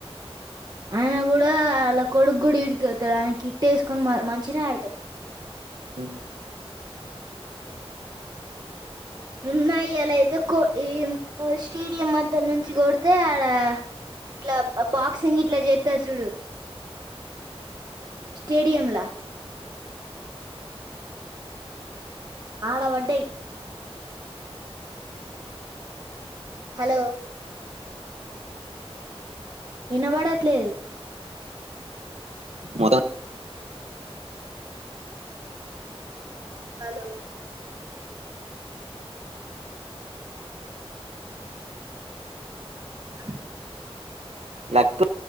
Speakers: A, on the right; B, on the right.
A: ఆయన కూడ డా ఆల్ల కొడుకు కూడా ఈడికె వత్తడు ఆయనకి కిట్ ఎస్కోని మ మంచినె ఆడతడు
B: ఆ
A: ఉ ఉ న్నయ్య లైతె కొ ఈ మ స్టేడియం మద్ద నుంచి కొడితే ఆడా ఇట్లా బాక్సింగ్ ఇట్ల చేత్తర్ చూడు స్టేడియం లా ఆడ వడ్డయ్ హలో ఇనవడట్లేదు
B: మొదా
A: హలో <unintelligible>
B: లక్కు